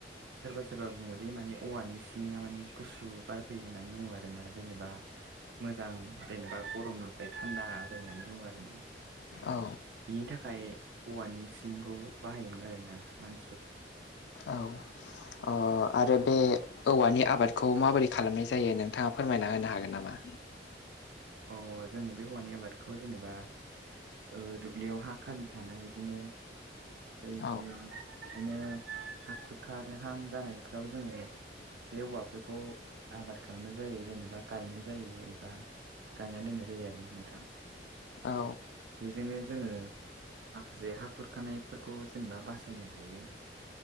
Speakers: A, on the right; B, on the left.
A: सोरबा सोरबा बुङोदि माने औवानि सिलिंआ माने गुसु बार फैयो होननानै बुङो आरोना जेनेबा मोजां जेनेबा गरमनिफ्राय थान्दा जायो होननानै बुङो आरोना।
B: औ।
A: बिनि थाखाय औवानि सिलिंखौ बाहायोमोन आरोना मान
B: औ अ आरो बे औवानि आबादखौ माबोरै खालामनाय जायो नोंथाङा फोरमायना होनो हागोन नामा?
A: अ जों बे औवानि आबादखौ जेनेबा ओ दुब्लियाव हा खालि थानाय इदिनो‌ दै
B: औ
A: बियो इदिनो हा खुरखानोहां जानायफ्राव जोङो बे औवाफोरखौ आबाद खालामनाय जायो जेनेबा गायनाय जायो एबा गायना दोननाय जायो आरो नोंथां
B: औ
A: बेजोंनो जोङो माखासे हा खुरखानायफोरखौ जेनेबा बासायनो हायो।